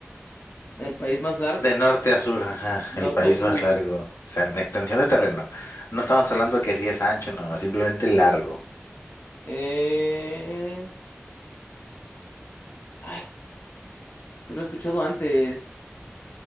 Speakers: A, on the left; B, on the left.
A: El país más largo,
B: de norte a sur, ajá,
A: norte
B: el país
A: a sur.
B: más largo. O sea, en extensión de terreno. No estamos hablando que si es ancho, no, no, simplemente largo.
A: Es... Ah, este- te lo he escuchado antes.